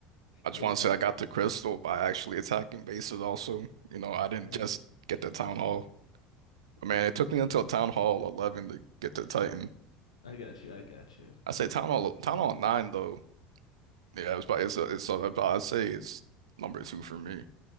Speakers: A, on the right; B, on the left.
A: I just
B: It
A: want
B: was fun.
A: to say I got the crystal by actually attacking bases also. You know, I didn't
B: Yeah.
A: just get the Town Hall. Man, it took me until Town Hall 11 to get the Titan.
B: I got you. I got you.
A: I say Town Hall Town Hall 9 though. Yeah, it's probably it's a, it's a, I'd say it's number two for me.